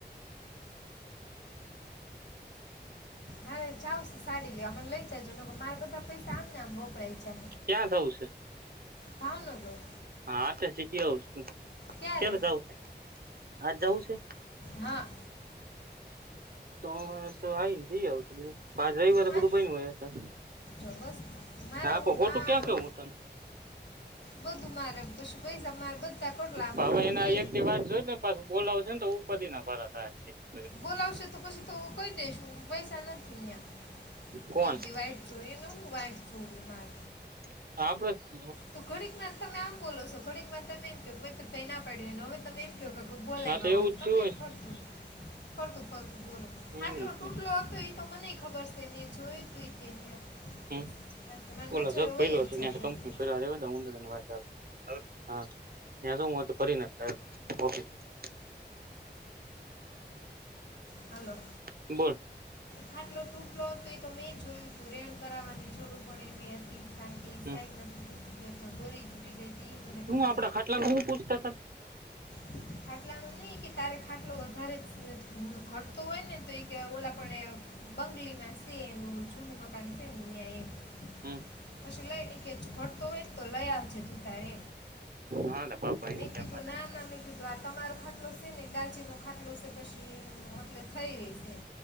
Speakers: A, on the left (about 80°); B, on the right (about 60°).
A: હરે જાાવ સાડી લેવા, મને લઈ જજે, મારા બધા પૈસા આમને આમ વપરાય છે.
B: ક્યાં જવું છે?
A: ભાવનગર.
B: હા, તો જીખી આવશું,
A: ક્યારે
B: કેયારે જઉું? આજ જવું છે?
A: હા.
B: તો અરે તો આવીને જઈ આવ છુ, બધું બાજ રવ વાર
A: હા
B: બધું બઈ હોયા હતા.
A: જો બસ મારે
B: હા,
A: હું
B: તો ખોટું
A: કા
B: ક્યાં કેવું તને.
A: બધું મારે પશ પૈસા માર બધા કોટલાક
B: હવે એના
A: બે.
B: એક દી વાત જોય <unintelligible> પાસું બોલાવું છેને તો ઉપાદી ના પાડત. હા <unintelligible>
A: બોલાવશે તો પછી તો હું કઈ દઈશ પૈસા નથી અહીંયા.
B: કોણ
A: એક દી વાઇટ જોઈ ને હું વાઇટ જોઈ <unintelligible>
B: આપણે
A: તો ઘોડીકમાં તમે આમ બોલો છો ઘડીકમાં તમે એમ <unintelligible> ના પાડ્યુંને હવે તમે એમ ક્યો બો બોલાવ્યા
B: હા તો એવું
A: હોય.
B: જ
A: તમે
B: થયું
A: ફરતું ફરતું ફરતું બોલો આટલો
B: ને એવું
A: ટૂટલો
B: છે
A: હતો એ તો મને ખબર સે. તેને જોયું તું તે <unintelligible>
B: હમ ઓલા
A: જર વય
B: જગ
A: હોય
B: ભર્યો
A: જ
B: છે
A: જાય બધું.
B: <unintelligible>
A: હાલો.
B: બોલ.
A: ખાટલો તૂટલો તે તો મેં જોયું તું રેણ કરાવવાની જરૂર પડે એમ અતિ કારણ કે ઈશાએ
B: હમ
A: <unintelligible> તો ગોરી ટૂટી ગઈ હતી ઈ મને ખબર.
B: હમણાં ખટલા માં હું પૂછતા હતા?
A: <inaudible> ખાટલા નું નઈ કે તારે ખાટલો વધારે ઘટતો હોય ને તો એ ઓલા પણે બંગલીમાં સીએ <unintelligible> જુનું મકાન છે ન્યાય એમ.
B: હમ્મ.
A: સિલાઈ એ કે <unintelligible> તો લયાજ તું તારે
B: હા ને બાપા એની
A: મેં કીધું
B: અમારે
A: ના ના મેં કીધું આ તમારો ખાટલો છે ને ડાચી નો ખાટલો છે પછી એટલે થઈ રહીશ એ.